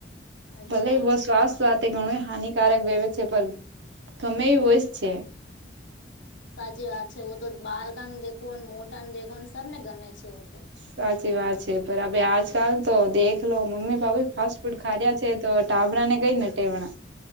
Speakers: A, on the left; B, on the right.
A: અચ્છા
B: ભલે વ સ્વાસ્થ્ય તો ઘણું હાનિકારક વહેવે છે પણ ગમે એ હોય છે.
A: સાચી વાત છે તો બાલકાની દેખન મોટા ન દેખન સબને ગમે છે તો.
B: સાચી વાત છે પણ અ આજકાલ તો દેખ લો મમ્મી બાુ ફાસ્ટ ફૂડ ખા્યા છે તો ટાબડા ને કઈને ટેવણા